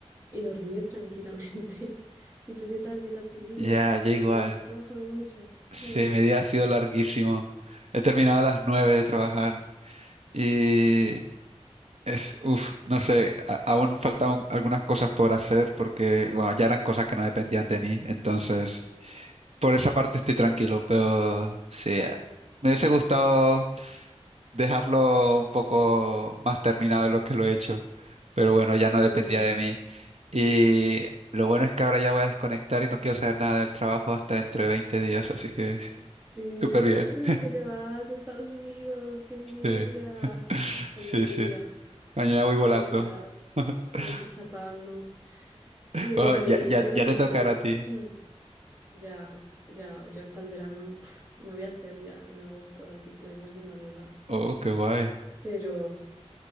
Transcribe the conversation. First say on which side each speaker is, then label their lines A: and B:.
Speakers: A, on the right; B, on the right.
A: y dormir tranquilamente. <laughs> ¿Y tú qué tal? ¿Qué tal tu día?
B: Ya,
A: ¿Cómo
B: ya igual.
A: ha ido? ¿Has trabajado mucho?
B: Sí,
A: Mm,
B: mi día ha sido larguísimo. He terminado a las 9 de trabajar y es, uff, no sé, a- aún faltan algunas cosas por hacer porque, bueno, ya eran cosas que no dependían de mí, entonces Por esa parte estoy tranquilo, pero sí, eh, me hubiese gustado dejarlo un poco más terminado de lo que lo he hecho, pero bueno, ya no dependía
A: mm.
B: de mí. Y lo bueno es que ahora ya voy a desconectar y no quiero saber nada del trabajo hasta dentro de 20 días, así que
A: Sí,
B: <laughs> súper bien.
A: es verdad que te vas a Estados Unidos. ¡Qué envidia!
B: Sí, <laughs>
A: ¡Jo,
B: sí,
A: qué envidia!
B: sí. Mañana voy volando.
A: ¡Qué envidia me das!
B: <laughs>
A: Yo aquí chapando. ¿Qué,
B: Wow, ya, ya,
A: qué te iba
B: ya
A: a decir?
B: te tocará a ti.
A: Hmm, ya, ya, yo hasta el verano pf, me voy a Serbia en agosto al cumpleaños de una amiga,
B: Oh, qué guay.
A: pero,